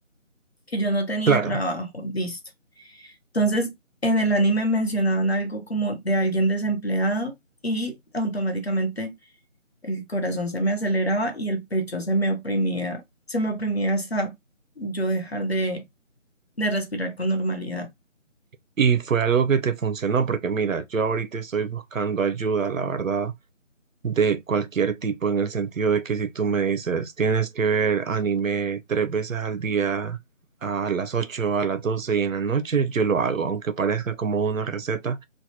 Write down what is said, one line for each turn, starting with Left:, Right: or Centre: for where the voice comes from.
Left: que yo no tenía
Right: Claro.
Left: trabajo, listo. Entonces, en el anime mencionaban algo como de alguien desempleado y automáticamente El corazón se me aceleraba y el pecho se me oprimía, se me oprimía hasta yo dejar de, de respirar con normalidad.
Right: Y fue algo que te funcionó porque mira, yo ahorita estoy buscando ayuda, la verdad. de cualquier tipo, en el sentido de que si tú me dices, tienes que ver anime tres veces al día, a las 8 a las 12 y en la noche, yo lo hago, aunque parezca como una receta.